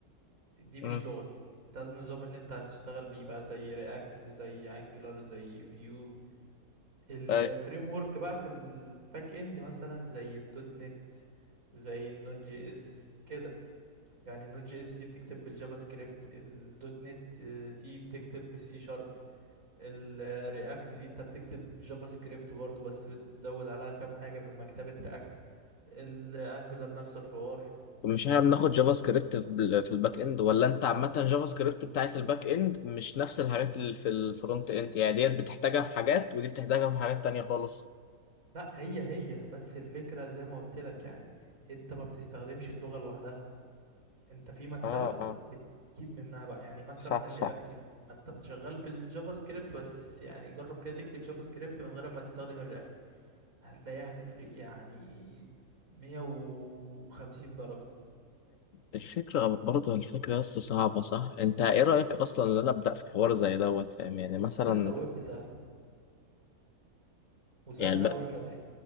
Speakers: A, on the right (about 70°); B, on the left (about 70°).
A: دي مش
B: امم
A: لغة ده النظام اللي انت هتشتغل بيه بقى زي رياكت زي انجلر زي فيو الفريم
B: اي
A: ورك بقى في الباك اند مثلا زي الدوت نت زي النوت جي اس كده يعني النوت جي اس دي بتكتب بالجافا سكريبت الدوت نت دي بتكتب بالسي شارب الرياكت دي انت بتكتب جافا سكريبت برضو بس بتزود عليها كام حاجة من مكتبة رياكت الانجولار نفس الحوار
B: مش احنا بناخد جافا سكريبت في بال- في الباك اند ولا انت عامة جافا سكريبت بتاعت الباك اند مش نفس الحاجات اللي في الفرونت اند يعني ديت بتحتاجها في حاجات ودي بتحتاجها في حاجات تانية خالص
A: لا هي هي بس الفكرة زي ما قلت لك يعني انت ما بتستخدمش اللغة لوحدها انت في مكتبة
B: اه اه
A: بتجيب منها بقى يعني مثلا
B: صح
A: الرياكت
B: صح
A: دي ما انت بتشغل بالجافا سكريبت بس يعني جرب كده تكتب جافا سكريبت من غير ما تستخدم الرياكت هتلاقيها هتفرق يعني 150 درجة
B: الفكرة برضه الفكرة بس صعبة صح؟ أنت إيه رأيك أصلا إن أنا أبدأ في حوار زي دوت فاهم يعني مثلا
A: يستر ويب سهل وسهل
B: يعني الب...
A: قوي كمان